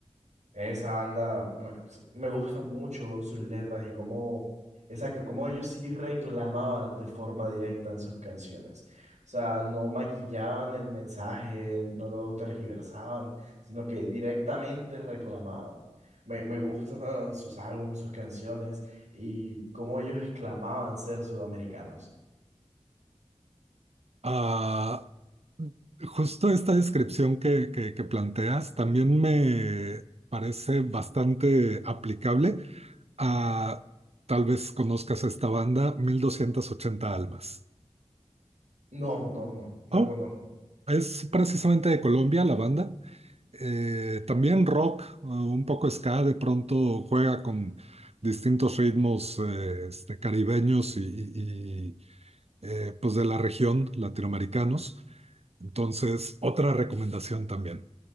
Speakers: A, on the right; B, on the right.
A: Esa banda me, s- me gusta mucho sus letras y cómo, exacto, cómo ellos sí reclamaban de forma directa en sus canciones. O sea, no maquillaban el mensaje, no lo tergiversaban, sino que directamente reclamaban. Me, me gustan sus álbumes, sus canciones y cómo ellos exclamaban ser sudamericanos.
B: Ah, justo esta descripción que, que, que planteas también me parece bastante aplicable a, tal vez conozcas esta banda, mil doscientas ochenta Almas.
A: No, no, no, no
B: Oh,
A: conozco.
B: es precisamente de Colombia la banda. Eh, también rock, eh, un poco ska, de pronto juega con distintos ritmos eh, este, caribeños y, y- y, eh, pues de la región, latinoamericanos. Entonces, otra recomendación también.